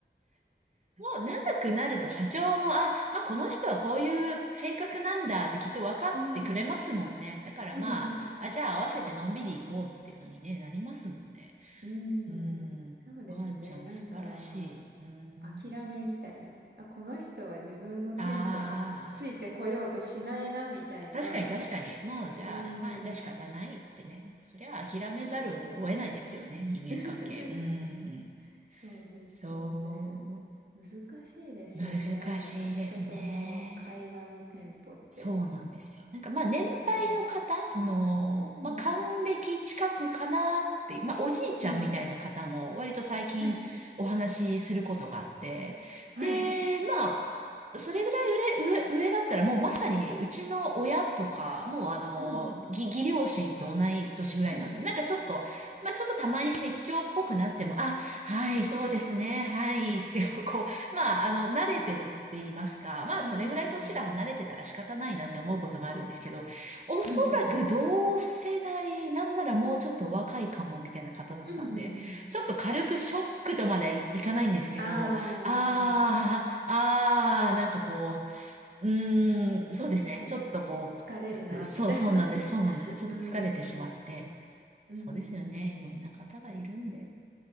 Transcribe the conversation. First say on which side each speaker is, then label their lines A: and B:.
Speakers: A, on the right; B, on the right.
A: もう長くなると社長も、あ、まあこの人はこういう性格なんだってきっと分かってくれますもんね。
B: うん。
A: だからまあ、
B: <laughs>
A: あ、じゃあ合わせてのんびり行こうっていうふうにね、なりますもんね。
B: うん。
A: うーん、
B: そうですね。
A: おばあちゃん素晴らしい。
B: なんか、
A: うーん。
B: 諦めみたいな。あ、この人は自分のテンポについてこようとしないな、
A: あ
B: みたいな。
A: あ、確かに確かに。もうじゃあ、
B: うん。
A: まあじゃあ仕方ないってね。それは諦めざるを得ないですよね、
B: そうですね。
A: 人間関係。
B: <laughs>
A: うーん、
B: そうです、
A: そ
B: そうです。難しいですよね。
A: う。難しいですね。
B: なんか人との会話のテンポって。
A: そうなんですよ。なんかまあ年配の方、
B: うん。
A: その、
B: うん。
A: まあ還暦近くかなっていう、まあおじいちゃんみたいな方も割と最近お話しすることがあって、
B: はい。はい。はい。
A: で、まあ、それぐらい上、上、上だったらもうまさにうちの親とか、もうあの、
B: うんうん。
A: 義、義両親と同い年ぐらいなんで、
B: はい。
A: なんかちょっと、まあちょっとたまに説教っぽくなっても、あ、はい、そうですね、はい、ってこう、まあ、あの、慣れてるって言いますか、まあ、
B: うんうんうん。
A: それぐらい年が離れてたら仕方ないなって思うこともあるんですけど、おそらく同世代、
B: うんうん。
A: なんならもうちょっと若いかもみたいな方だったんで、
B: うんうんうん。
A: ちょっと軽くショックとまではい、いかないんですけど、
B: ああ、
A: あー、あー、なんかこう、うーん、そうですね、
B: なんか、
A: ちょっとこう、
B: 疲れるな、
A: そう、
B: みたいな。
A: そうなんです、そうなんですよ。
B: <laughs>
A: ちょっと疲れてしまって、
B: うーん、うん、うん、
A: そうですよね、
B: うん
A: いろんな方がいるんで、